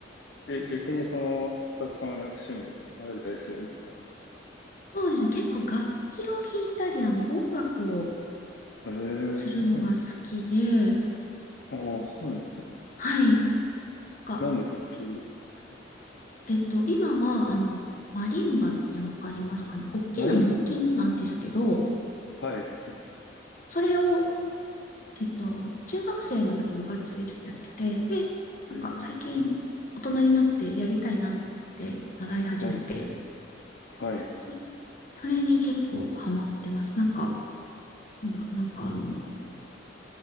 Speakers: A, on the left (about 65°); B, on the left (about 45°).
A: え、逆にその、スタッフさんはなんか趣味あられたりするんですか
B: そうですね。結構楽器を弾いたり、あの音楽を
A: ええ
B: するのが好きで、
A: ーそうなんです。ああ、そうなんですね。
B: はい。なんか、
A: 何の楽器ですか
B: えっと、今はあの、マリンバってわかりますかね。大きな木琴なんですけど、
A: マリンバ。はい。え
B: それをえっと、中学生の時部活でちょっとやってて、で、
A: えー
B: なんか最近大人になってやりたいなと思って習い始めて、
A: はい、はい、
B: そ、それに結構ハマってます。なんか、なんだ、なんかあの、